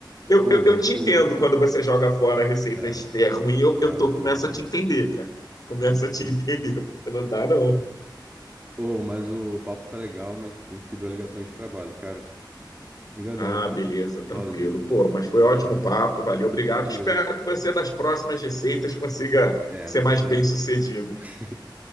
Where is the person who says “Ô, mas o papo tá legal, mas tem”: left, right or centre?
Right